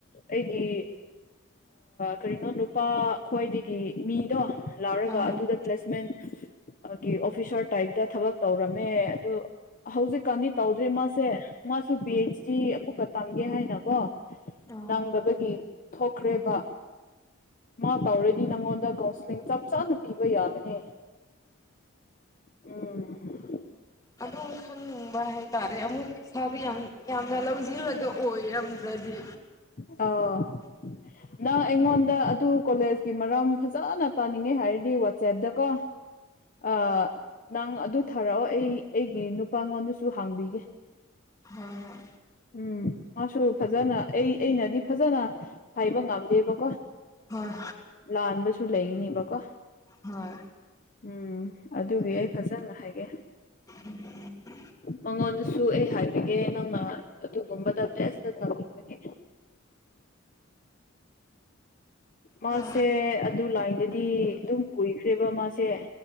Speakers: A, on the left; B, on the left.
A: ꯑꯩꯒꯤ ꯀꯔꯤꯅꯣ ꯅꯨꯄꯥ ꯈ꯭ꯋꯥꯏꯗꯒꯤ ꯃꯤꯗꯣ ꯂꯥꯎꯔꯒ
B: ꯑꯥ
A: ꯑꯗꯨꯗ ꯄ꯭ꯂꯦꯁꯃꯦꯟ ꯒꯤ ꯑꯣꯐꯤꯁꯥꯔ ꯇꯥꯏꯞꯇ ꯊꯕꯛ ꯇꯧꯔꯝꯃꯦ ꯑꯗꯨ ꯍꯧꯖꯤꯛꯀꯥꯟꯗꯤ ꯇꯧꯗ꯭ꯔꯦ ꯃꯥꯁꯦ ꯃꯥꯁꯨ ꯄꯤ ꯑꯩꯩꯆ ꯗꯤ ꯑꯃꯀꯛꯀ ꯇꯝꯒꯦ ꯍꯥꯏꯅꯀꯣ
B: ꯑꯣ
A: ꯅꯪꯕꯒꯤ ꯊꯣꯛꯈ꯭ꯔꯦꯕ ꯃꯥ ꯇꯧꯔꯗꯤ ꯅꯪꯉꯣꯟꯗ ꯀꯥꯎꯟꯁꯤꯂꯤꯡ ꯆꯞ ꯆꯥꯅ ꯄꯤꯕ ꯌꯥꯕꯅꯦ ꯑꯣ <unintelligible> <inaudible>
B: ꯑꯗꯨꯝ ꯈꯟꯅꯤꯡꯕ ꯍꯥꯏꯇꯥꯔꯦ ꯑꯃꯨꯛ ꯁꯥꯕꯨ ꯌꯥꯝ ꯌꯥꯝꯅ ꯂꯧꯁꯤꯜꯂꯒ ꯑꯣꯏꯔꯝꯗ꯭ꯔꯗꯤ
A: ꯑꯎ
B: ꯎꯝ <inaudible>
A: ꯅꯪ ꯑꯩꯉꯣꯟꯗ ꯑꯗꯨ ꯀꯣꯂꯦꯖꯀꯤ ꯃꯔꯝ ꯐꯖꯅ ꯇꯥꯅꯤꯡꯉꯦ ꯍꯥꯏꯔꯗꯤ ꯋꯥꯆꯦꯞꯇ ꯀꯣ ꯑꯥ ꯅꯪꯑꯗꯨ ꯊꯥꯔꯛꯑꯣ ꯑꯩ ꯑꯩꯒꯤ ꯅꯨꯄꯥꯉꯣꯟꯗꯁꯨ ꯍꯥꯡꯕꯤꯒꯦ꯫
B: ꯍꯣꯏ ꯍꯣꯏ
A: ꯎꯝ ꯃꯥꯁꯨ ꯐꯖꯅ ꯑꯩ ꯑꯩꯅꯗꯤ ꯐꯖꯅ ꯍꯥꯏꯕ ꯉꯝꯗꯦꯕꯀꯣ
B: ꯍꯣꯏ
A: ꯂꯥꯟꯕꯁꯨ ꯂꯩꯅꯤꯕꯀꯣ
B: ꯍꯣꯏ
A: ꯎꯝ ꯑꯗꯨꯒꯤ ꯑꯩ ꯐꯖꯅ ꯍꯥꯏꯒꯦ
B: ꯎꯝ <inaudible>
A: ꯃꯉꯣꯟꯗꯁꯨ ꯑꯩ ꯍꯥꯏꯕꯤꯒꯦ ꯅꯪꯅ ꯑꯗꯨꯒꯨꯝꯕ ꯕꯦꯁꯠꯇ ꯇꯝꯅꯤꯡꯉꯗꯤ ꯃꯥꯁꯦ
B: ꯍꯣꯏ
A: ꯑꯗꯨ ꯂꯥꯏꯟꯗꯗꯤ ꯑꯗꯨꯝ ꯀꯨꯏꯈ꯭ꯔꯦꯕ ꯃꯥꯁꯦ